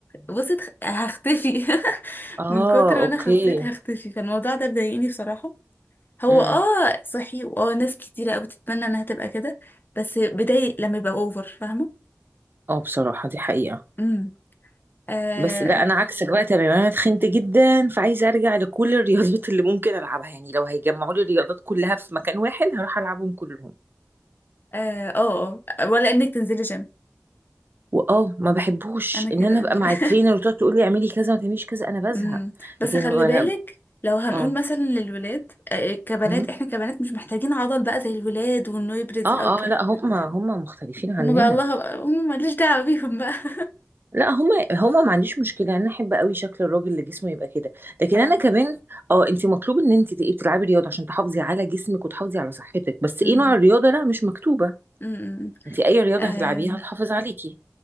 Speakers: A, on the left (about 40°); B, on the right (about 40°).
A: بصيت هختفي <laughs>
B: اه
A: من كتر ما
B: اوكي
A: انا خسيت هختفي فالموضوع ده بيضايقني بصراحه هو
B: امم
A: اه صحي واه ناس كتيره قوي تتمنى انها تبقى كده بس بيضايق لما يبقى اوفر فاهمه
B: اه بصراحه دي حقيقه
A: امم اه
B: بس لا انا عكسك بقى تماما انا اتخنت جدا فعايزه ارجع لكل الرياضات اللي ممكن العبها يعني لو هيجمعوا لي الرياضات كلها في مكان واحد هروح العبهم كلهم
A: اه اه آه. ولا انك تنزلي جيم
B: واه ما بحبوش
A: انا كده
B: ان انا ابقى
A: انا
B: مع
A: كده <laughs>
B: الترينر وتقعد تقول لي اعملي كذا ما تعمليش كذا انا بزهق
A: امم بس
B: لكن
A: خلي
B: انا
A: بالك لو هنقول
B: اه
A: مثلا للولاد آه، آه، كبنات
B: مم.
A: احنا كبنات مش محتاجين عضل بقى زي الولاد وانه يبرز
B: اه
A: او الكلام
B: اه لا هم
A: ده
B: هم مختلفين عننا
A: هما بقى الله بقى هما ماليش دعوة بيهم بقى <laughs>
B: لا هم هم ما عنديش مشكله انا احب قوي شكل الراجل اللي جسمه يبقى كده لكن
A: اه
B: انا
A: اكيد
B: كمان اه انت مطلوب ان انت تبقي بتلعبي رياضه عشان تحافظي على جسمك وتحافظي على صحتك بس ايه
A: امم
B: نوع الرياضه لا مش مكتوبه
A: امم
B: انت اي رياضه
A: آم،
B: هتلعبيها هتحافظ عليكي